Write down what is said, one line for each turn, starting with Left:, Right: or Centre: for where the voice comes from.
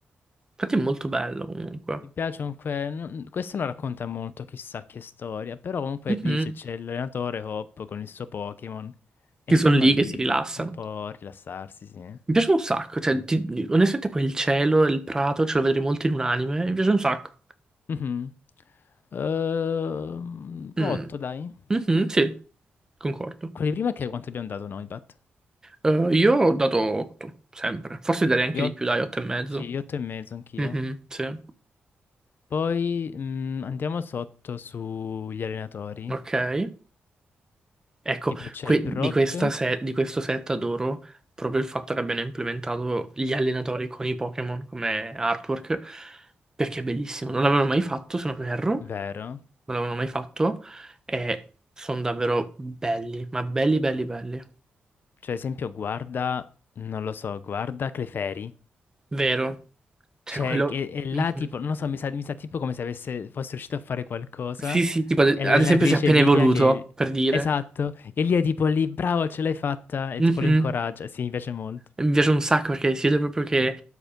Right: Infatti è molto bello comunque.
Left: piace comunque, non- questo non racconta molto chissà che storia, però comunque
Right: Mhm.
Left: dice c'è l'allenatore Hop con il suo Pokémon e
Right: Che
Left: stanno
Right: sono lì,
Left: lì
Right: che si rilassano.
Left: un po' a rilassarsi, sì.
Right: Mi piace un sacco, cioè, ti- onestamente quel cielo e il prato ce lo vedrei molto in un anime, mi piace un sacco.
Left: Mhm. Ehm, 8
Right: Mm.
Left: dai.
Right: Mhm, sì, concordo.
Left: Quelli prima che quanto abbiamo dato noi, Bat?
Right: Eh, io ho dato 8, sempre. Forse darei anche
Left: Io,
Right: di più, dai, 8 e mezzo.
Left: sì, 8 e mezzo anch'io.
Right: Mhm, sì.
Left: Poi mm, andiamo sotto sugli allenatori.
Right: Ok. Ecco,
Left: Tipo c'è
Right: que-
Left: Brock,
Right: di, questa se- di questo set adoro proprio il fatto che abbiano implementato gli allenatori con i Pokémon come artwork, perché è bellissimo. Non l'avevano mai fatto, se non erro,
Left: vero?
Right: non l'avevano mai fatto, e sono davvero belli, ma belli, belli, belli.
Left: Cioè, ad esempio, guarda, non lo so, guarda Clefairy.
Right: Vero? Cioè,
Left: Cioè,
Right: quello...
Left: che- e, là
Right: Mhm.
Left: tipo, non lo so, mi sa, mi sa tipo come se avesse, fosse riuscito a fare qualcosa.
Right: Sì, sì, tipo ad
Left: E
Right: ad
Left: l'allenatrice
Right: esempio si è appena
Left: Lilia
Right: evoluto,
Left: che...
Right: per dire.
Left: Esatto, e lì è tipo lì, bravo, ce l'hai fatta, e
Right: Mhm.
Left: tipo lo incoraggia. Sì, mi piace molto.
Right: Mi piace un sacco perché si vede proprio che